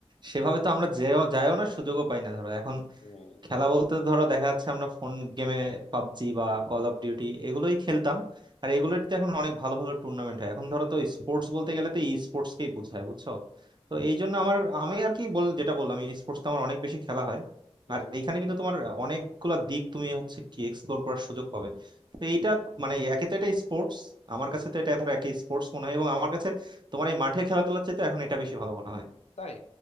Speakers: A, on the right; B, on the left.
A: সেভাবে তো আমরা যেও যাইও না সুযোগও পাই না ধরো এখন
B: হুম
A: খেলা বলতে ধরো দেখা যাচ্ছে আমরা ফোন গেমে পাবজি বা কল অফ ডিউটি এগুলোই খেলতাম আর এগুলোতে এখন অনেক ভালো ভালো টুর্নামেন্ট হয় এখন ধরো তো স্পোর্টস বলতে গেলে তো ই স্পোর্টস কেই বোঝায় বুঝছো তো এই জন্য আমার আমি আর কি বল যেটা বললাম ই স্পোর্টস আমার অনেক বেশি খেলা হয়
B: হুম
A: আর এইখানে কিন্তু তোমার অনেকগুলা দিক তুমি হচ্ছে কি এক্সপ্লোর করার সুযোগ পাবে তো এইটা মানে একে তো এটা স্পোর্টস আমার
B: হুম
A: কাছে তো এটা ধরো একে স্পোর্টস মনে হয় এবং আমার কাছে তোমার এই মাঠে খেলাধুলার চাইতে এখন এটা বেশি ভালো মনে হয়
B: তাই